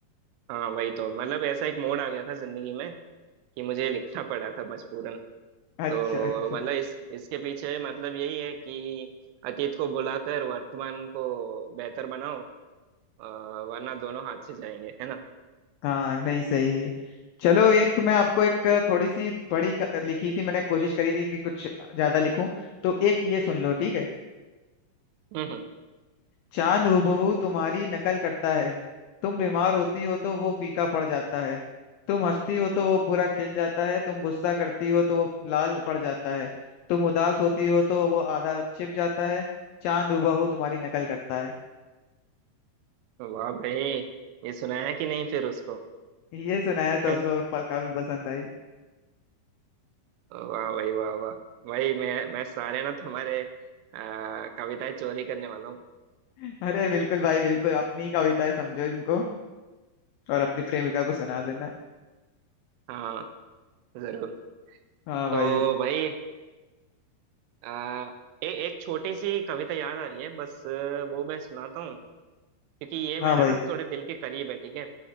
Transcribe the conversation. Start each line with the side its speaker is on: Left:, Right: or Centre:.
Right: हाँ वही तो मतलब ऐसा एक मोड़ आ गया था जिंदगी में कि मुझे लिखना पड़ा था मजबूरन
Left: अच्छा
Right: तो
Left: अच्छा
Right: मतलब इस इसके पीछे मतलब यही है कि अतीत को बुलाकर वर्तमान को बेहतर बनाओ अ, वरना दोनों हाथ से जाएंगे है ना
Left: हाँ नहीं सही है चलो एक मैं आपको एक थोड़ी सी बड़ी क- लिखी थी मैंने कोशिश करी थी कि कुछ ज्यादा लिखूं तो एक ये सुन लो ठीक है
Right: हम्म
Left: चांद हूबहू तुम्हारी नकल करता है तुम बीमार होती हो तो वो फीका पड़ जाता है तुम हंसती हो तो वो पूरा खिल जाता है तुम गुस्सा करती हो तो वो लाल पड़ जाता है तुम उदास होती हो तो वो आधा छिप जाता है चांद हूबहू तुम्हारी नकल करता है
Right: हम्म। वाह भाई ये सुनाया है कि नहीं फिर उसको
Left: ये सुनाया था
Right: <laughs>
Left: उसको और प- काफी पसंद आई
Right: वाह भाई वाह वाह भाई मैं मैं सारे ना तुम्हारे आ, कविताएं चोरी करने वाला हूँ
Left: <laughs> अरे बिल्कुल भाई बिल्कुल अपनी कविता है समझो इनको और अपनी प्रेमिका को सुना देना
Right: हाँ जरूर
Left: हाँ भाई
Right: तो भाई आ, ए, एक छोटी सी कविता याद आ रही है बस अ, वो मैं सुनाता हूँ क्योंकि ये
Left: हाँ
Right: मेरे
Left: भाई
Right: ना थोड़े दिल के करीब है ठीक है